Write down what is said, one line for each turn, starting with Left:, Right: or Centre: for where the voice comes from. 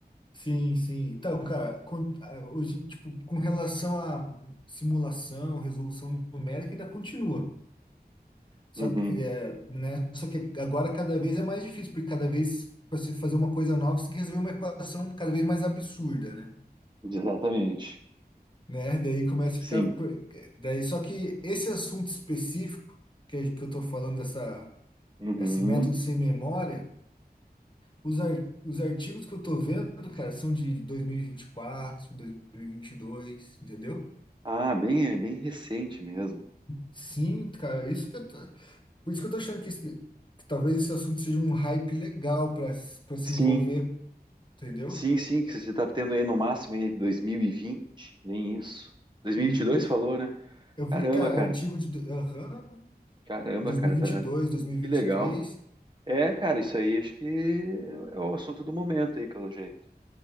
Left: Sim, sim. Então, cara, com- ah, hoje, tipo, com relação à simulação, resolução numérica, ainda continua. Só
Right: Uhum,
Left: que, é, né, só que agora cada vez é mais difícil, porque cada vez, para se fazer uma coisa nova, você tem que resolver uma equação cada vez mais absurda, né?
Right: exatamente.
Left: Né? Daí começa a
Right: Sim.
Left: ficar. por- Daí, só que esse assunto específico, que, é- que eu tô falando, dessa,
Right: Uhum.
Left: esse método sem memória, os, ar, os artigos que eu tô vendo, cara, são de 2024, 2022, entendeu?
Right: Ah, bem, é bem recente mesmo.
Left: Sim, cara, é isso que eu tô, por isso que eu tô achando que, esse- que talvez esse assunto seja um hype legal para para se
Right: Sim,
Left: envolver, entendeu?
Right: Sim, sim, que você está tendo aí no máximo aí 2020, nem isso. 2022
Left: Uhum.
Right: falou, né?
Left: Eu vi,
Right: Caramba,
Left: cara,
Right: cara.
Left: artigo de do- aham,
Right: Caramba,
Left: 2022,
Right: cara, tá.
Left: 2023,
Right: Que legal. É, cara, isso aí acho que é o assunto do momento aí, pelo jeito.